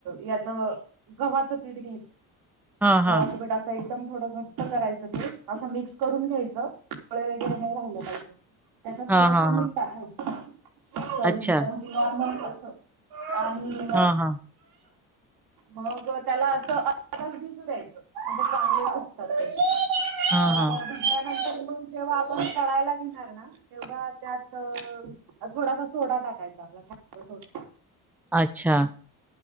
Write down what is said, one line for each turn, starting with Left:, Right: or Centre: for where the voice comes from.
Right: याच गव्हाचं पीठ घ्यायचं,
Centre: हां,
Right: गव्हाचं
Centre: हां.
Right: पीठ एकदम थोडं घट्ट करायचं ते, असं मिक्स करून घ्यायचं फळे वगैरे नाही राहिलं पाहिजे. त्याच्यात
Centre: हां,
Right: थोडस
Centre: हां,
Right: मीठ
Centre: हां.
Right: टाकायच
Centre: अच्छा.
Right: च नॉर्मल कस आणि
Centre: हा हा
Right: मग त्याला असं आताच भिजू द्यायचं म्हणजे चांगले लागतात ते.
Centre: हां,
Right: मग
Centre: हां.
Right: भिजल्यानंतर म जेव्हा आपण तळायला घेणार ना तेव्हा त्यात थोडासा सोडा टाकायचा आपला ख सोडा.
Centre: अच्छा.